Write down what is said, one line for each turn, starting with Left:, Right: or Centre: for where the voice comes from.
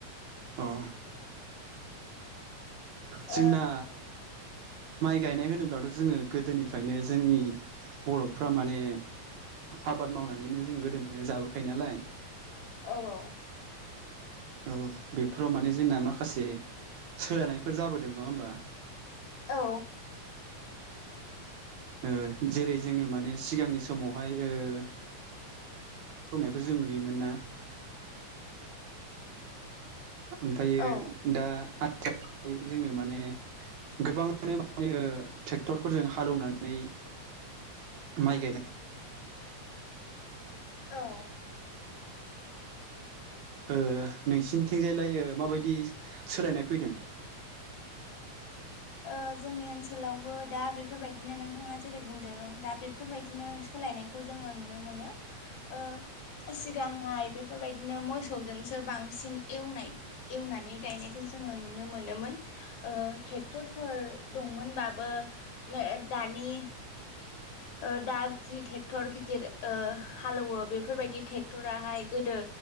Right: अ ओ जोंना
Left: ओ
Right: माइ गायनाय होनोब्लाथ' जोङो गोदोनिफ्रायनो जोंनि बर'फ्रा माने आबाद ओ मावनानैनो जों गोदोनिफ्रायनो जाबोखायो नालाय
Left: औ औ।
Right: औ बेफोराव माने जोंना माखासे सोलानायफोर जाबोदों नङा होमबा?
Left: औ।
Right: ओ जेरै जोङो माने सिगांनि समावहाय ओ <unintelligible> जों नुयोमोन ना ओमफ्रायो
Left: औ
Right: दा आथिखालाव जोङो माने गोबाङानो माने ओ ट्रेक्टरफोरजों हालेवनानै माइ गायनाय
Left: औ।
Right: ओ नोंसिनिथिंजायलाय ओ माबायदि सोलायनाय फैदों?
Left: ओ जोंनि ओनसोलावबो दा बेफोरबायदिनो नोंथाङा जेरै बुंदों दा बेफोरबायदिनो सोलायनायखौ जोङो नुनो मोनो ओ सि गांहाय बेफोरबायदिनो मोसौजोंसो बांसिन एवनाय एवनानै गायनायखौ जोङो नुनो मोनोमोन ओ टे क्टरफोर दंमोनबाबो नै दानि ओ दा जि ट्रेक्टर गिदिर ओ हालेवो बेफोरबायदि ट्रेक्टराहाय गोदो